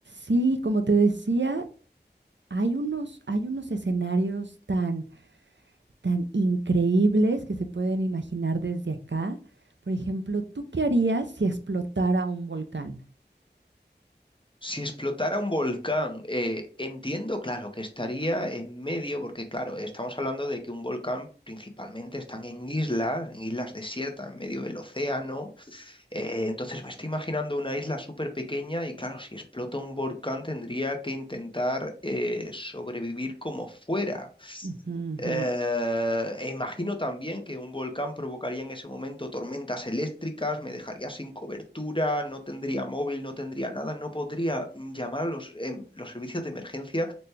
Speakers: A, on the right; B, on the left.
A: Sí, como te decía, hay unos, hay unos escenarios tan, tan increíbles que se pueden imaginar desde acá. Por ejemplo, ¿tú qué harías si explotara un volcán?
B: Si explotara un volcán, eh, entiendo, claro, que estaría en medio, porque claro, estamos hablando de que un volcán principalmente están en islas, en islas desiertas, en medio del océano. eh, entonces me estoy imaginando una isla súper pequeña y claro, si explota un volcán tendría que intentar eh, sobrevivir como fuera.
A: Ujú, ujú,
B: Eh, e imagino también que un volcán provocaría en ese momento tormentas eléctricas, me dejaría sin cobertura, no tendría móvil, no tendría nada, no podría mm, llamar a los, em, los servicios de emergencia.